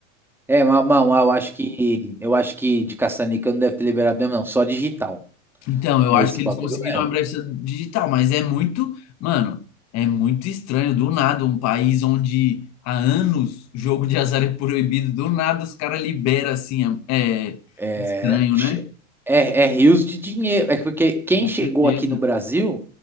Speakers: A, in the centre; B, on the left.
A: é, mas eu acho que eu acho que de caça-níquel não deve ter liberado mesmo não, só digital.
B: Então, eu
A: É
B: acho
A: esse
B: que
A: bagulho
B: eles conseguiram
A: mesmo.
B: a brecha digital, mas é muito, mano, é muito estranho do nada um país onde há anos jogo de azar é proibido, do nada os caras liberam assim, é é
A: É,
B: estranho,
A: che-
B: né?
A: é, é rios de dinheiro. É porque quem
B: Com
A: chegou
B: certeza.
A: aqui no Brasil.